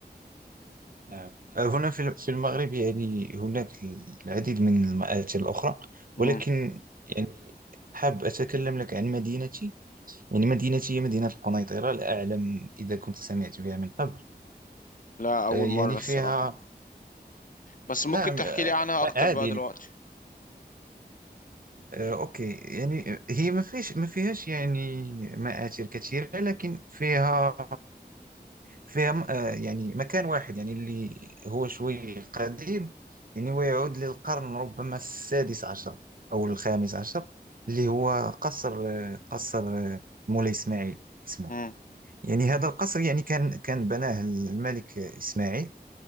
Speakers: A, on the right; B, on the left.
A: نعم هنا في في المغرب يعني هناك العديد من المآتي الأخرى
B: امم
A: ولكن يعني حاب أتكلم لك عن مدينتي يعني مدينتي هي مدينة القنيطرة لا أعلم إذا كنت سمعت بها من قبل
B: لا اول
A: آه، يعني
B: مرة الصراحة
A: فيها
B: بس ممكن
A: نعم
B: تحكي
A: آه،
B: لي عنها اكتر
A: عادي
B: بقى دلوقتي
A: آه، اوكي يعني هي ما فيش ما فيهاش يعني مآثر كثيرة لكن فيها فيها م- آه، يعني مكان واحد يعني اللي هو شوي قديم يعني ويعود للقرن ربما السادس عشر او الخامس عشر اللي هو قصر آه، قصر آه، مولاي اسماعيل اسمه
B: امم
A: يعني هذا القصر يعني كان كان بناه الملك اسماعيل